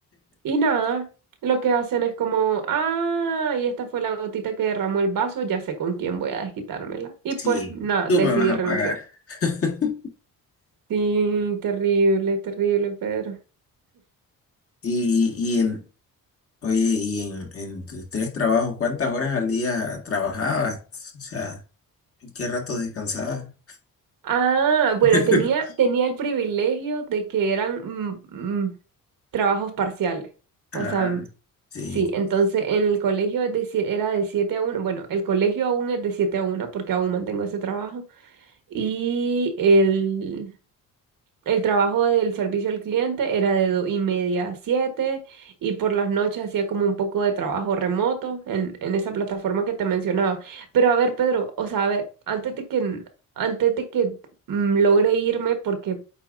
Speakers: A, on the right (about 70°); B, on the left (about 40°).
A: Y nada, lo que hacen es como, ah, y esta fue la gotita que derramó el vaso, ya sé con quién voy a desquitármela. Y
B: Sí,
A: pues nada,
B: tú
A: decidí
B: me vas a
A: renunciar.
B: pagar. <laughs>
A: Sí, terrible, terrible, Pedro.
B: Y, y en, oye, y en, en tus tres trabajos, ¿cuántas horas al día trabajabas? O sea, ¿en qué rato descansabas?
A: Ah, bueno,
B: <laughs>
A: tenía, tenía el privilegio de que eran mm, mm, trabajos parciales.
B: Ah,
A: O sea, mm,
B: sí.
A: sí, entonces en el colegio es de sie- era de 7 a uno. Bueno, el colegio aún es de 7 a uno porque aún mantengo ese trabajo. Y el, el trabajo del servicio al cliente era de dos y media a siete y por las noches hacía como un poco de trabajo remoto en, en esa plataforma que te mencionaba. Pero a ver, Pedro, o sea, a ver, antes de que, n- antes de que mm, logre irme, porque